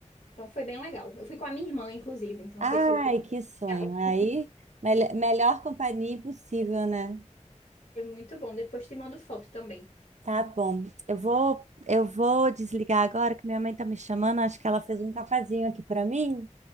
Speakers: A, on the left; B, on the right.
A: Então foi bem legal. Eu fui com a minha irmã, inclusive, então
B: Ai,
A: foi super
B: que sonho.
A: legal.
B: Aí, mel- melhor companhia impossível, né?
A: Foi muito bom. Depois te mando foto também.
B: Tá bom. Eu vou, eu vou desligar agora que minha mãe tá me chamando. Acho que ela fez um cafazinho aqui pra mim,